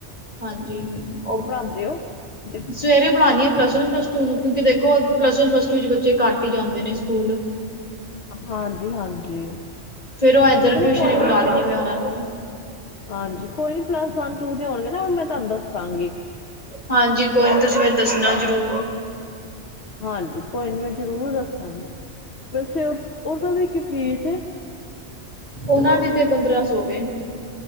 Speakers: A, on the left (about 35°); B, on the left (about 65°).
A: ਹਾਂਜੀ ਉਹ
B: ਦਿੳ
A: ਸਵੇਰੇ ਪੜਾਣੀ ਆ ਪਲੱਸ ਵਨ ਪਲਸੂਟੂ ਕਿਉਂਕਿ ਦੇੋ ਪਲੱਸ ਵਨ ਪਲੱਸ ਟੂ ਚ ਬੱਚੇ ਘੱਟ ਹੀ ਜਾਂਦੇ ਨੇ ਸਕੂਲ
B: ਹਾਂਜੀ ਹਾਂਜੀ
A: ਫੇਰ ਉਹ ਇੱਧਰ
B: ਚਲੋ
A: ਟਿਊਸ਼ਨ
B: ਕੋਈ
A: ਹੀ ਬੁਲਾ
B: ਨੀ ਪਲੱਸ
A: ਲੈਨੀਂ ਮੈਂ ਉਹਨਾਂ ਨੂੰ
B: ਹਾਂਜੀ ਕੋਈ ਨੀ ਪਲੱਸ ਵਨ ਟੂ ਦੇ ਹੋਣਗੇ ਨਾ ਮੈਂ ਤੁਹਾਨੂੰ ਦੱਸਾਂਗੀ
A: ਹਾਂਜੀ ਕੋਈ ਨੀ ਤੁਸੀਂ ਮੈਨੂੰ ਦੱਸਣਾ ਜ਼ਰੂਰ
B: ਹਾਂਜੀ ਕੋਈ ਨੀਂ ਮੈਂ ਜ਼ਰੂਰ ਦੱਸਾਂਗੀ ਵੈਸੇ ਉਹਦਾ ਦੀ ਕੀ ਫੀਸ
A: ਓਨਾਂ ਦੀ ਤੇ ਪੰਦਰਾ ਸੌ ਵੇ।